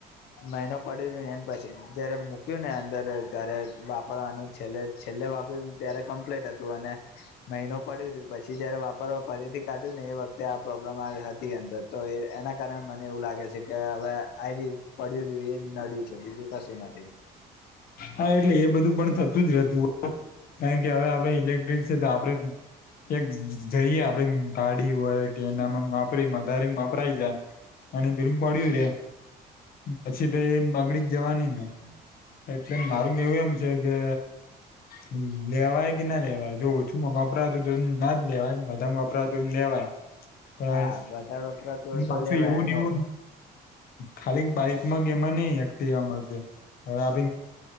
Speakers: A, on the left; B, on the left.
A: મહિનો પડી રહ્યું અને પછી જયારે મૂક્યું ને અંદર ઘરે વાપરવાનું છેલ્લે છેલ્લે વાપ ત્યારે કમ્પ્લેટ હતું અને મહિનો પડી રહ્યું પછી જયારે વાપરવા ફરીથી કાઢ્યું ને એ વખતે આ પ્રોબ્લેમ આવી હતી અંદર તો એના કારણે મ ને એવું લાગે છે કે હવે આ પડ્યું એ નડ્યું છે બીજું કશું નથી.
B: હા એટલે એ બધું પણ થતું જ રહેતું. કારણ કે હવે આપડે ઇલેક્ટ્રિક છે તો આપડે કે જઈએ આપડે ગાડી હોય કે એનામાં વાપરી વધારે વાપરાય જા અને ભીલુંમ પડ્યું રે પછી તો એ બગડી જવાની ને. એટલે મારું કહેવું એમ છે કે
A: <inaudible>
B: હ લેવાય કે ના લેવાય જો ઓછું વપરાતું હતું ના જ લેવાયને બધા વપરાતું લેવાય. ક
A: હા વધારે વપરાતું હોય
B: એ
A: તો
B: પાછું
A: લેવાય
B: એવું
A: અને
B: એવું ખાલી બાઈક ગ એમાં નહી એક્ટિવામાં છે હવે આપ